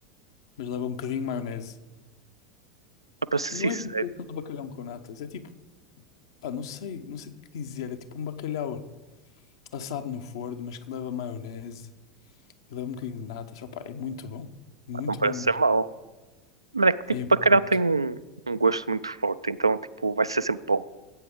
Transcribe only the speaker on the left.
mas leva um bocadinho de maionese.
Não
é vinculação de bacalhau com natas, é tipo, pá, não sei, não sei o que dizer, é tipo um bacalhau assado no forno, mas que leva maionese e leva um bocadinho de natas, opá, é muito bom, muito
bom mesmo,
é
muito,